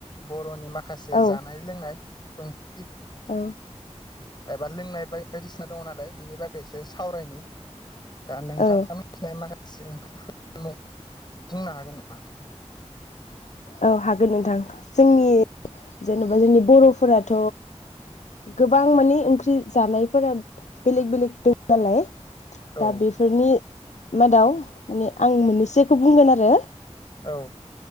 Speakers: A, on the left; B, on the left.
A: बर'नि मा खासे
B: औ
A: जानाय लोंनाय <unintelligible>
B: औ
A: एबा लोंनाय बाय-बायदिसिना दङ नालाय बिनि बागै सावरायनि दा नोंथाङा
B: औ
A: मिथिनाय मा खासे <unintelligible> बुंनो हागोन नामा?
B: औ हागोन नोंथां। जोंनि जेनेबा जोंनि बर'फोराथ' गोबां माने ओंख्रि जानायफोरा बेलेग बेलेग दं नालाय।
A: औ
B: दा बेफोरनि मादाव माने आं मोननैसोखौ बुंगोन आरो।
A: औ